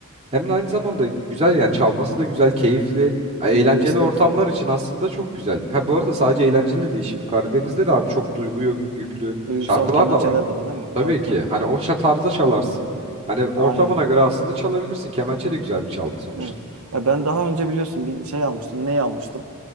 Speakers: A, on the right (about 30°); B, on the right (about 80°).
A: Hem de aynı zamanda güzel yani çalması da güzel, keyifli, ha, eğlenceli
B: Dinlemesi
A: ortamlar
B: de güzel.
A: için aslında çok güzel. Ha bu arada sadece eğlenceli değil şimdi Karadeniz'de de abi çok duygu yük- yüklü
B: Duygusal
A: şarkılar
B: kemençeler
A: da var.
B: de var değil mi?
A: Tabii
B: Tabii
A: ki
B: tabii.
A: hani o şa- tarzda çalarsın. Hani
B: Aynen.
A: ortamına göre aslında çalabilirsin. Kemençe de güzel bir çalgı sonuçta.
B: Evet. Ya ben daha önce biliyorsun bir şey almıştım, ney almıştım